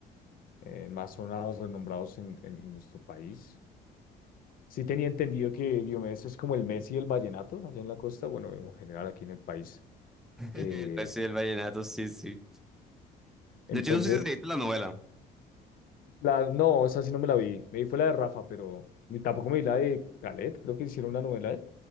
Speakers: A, on the left; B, in the centre.
A: eh, más sonados, renombrados en, en, en nuestro país. Sí tenía entendido que Diomedes es como el Messi del vallenato allá en la costa, bueno, en general aquí en el país.
B: <laughs>
A: Eh,
B: El precio del vallenato, sí, sí.
A: entonces,
B: De hecho, no sé si te viste la novela.
A: la, no, esa sí no me la vi. Me vi fue la de Rafa, pero ni tampoco me vi la de Calet, creo que hicieron una novela de él.